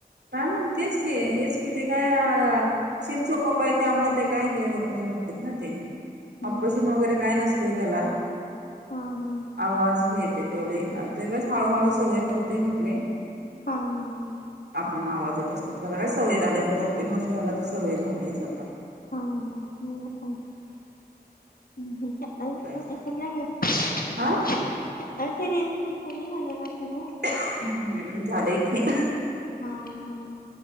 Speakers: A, on the right; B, on the left.
A: काय म्हण तेच की, हेच कि ते काय शिर चोकप आहे, त्यामुळे ते काय हे होत नाही म्हटलेत ना ते.
B: हा
A: ऑपरेशन वगैरे काय नसतय त्याला.
B: हा, हा.
A: आवाज बी येतय, तेवढे येणार ते काय हळूहळू सवय होते म्हटले.
B: हा, हा, हा.
A: आपल्याला आवाज येत असल तर, आता काय सवय झालीय आता दोन, तीन वर्ष झाली आता सवय झालीयच आता.
B: <unintelligible>
A: बघायचं
B: <unintelligible>
A: हा हम्म, झालंय की.
B: हा, हा, हा.